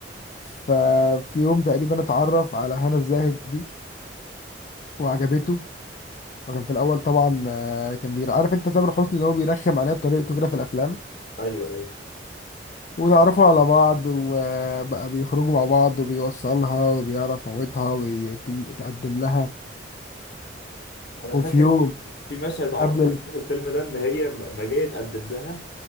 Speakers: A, on the left (about 45°); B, on the left (about 60°).
A: ففي يوم تقريبا اتعرف على هنا الزاهد دي وعجبته وكان في الاول طبعا آه، كان بير عارف انت تامر حسني اللي هو بيرخم عليها بطريقته كده في الافلام
B: ايوه ايوه
A: وتعرفوا على بعض وبقى بيخرجوا مع بعض وبيوصلها وبيعرف موتها ويتقدم لها
B: انا
A: وفي
B: فاكر
A: يوم
B: في مشهد عمري
A: قبل ال...
B: ما انساه في الفيلم ده ان هي م- ما جايه تقدم لها